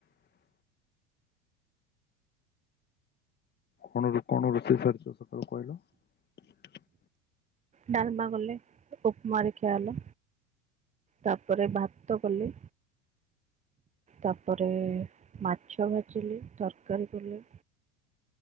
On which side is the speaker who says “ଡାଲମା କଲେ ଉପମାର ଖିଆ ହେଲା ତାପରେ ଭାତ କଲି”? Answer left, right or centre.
Right